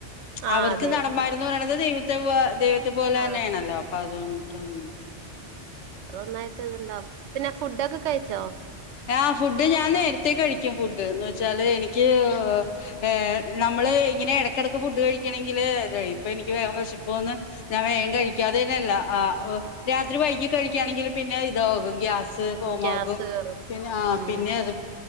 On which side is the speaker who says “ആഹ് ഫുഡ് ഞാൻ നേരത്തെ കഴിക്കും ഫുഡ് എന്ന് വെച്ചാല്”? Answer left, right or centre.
Left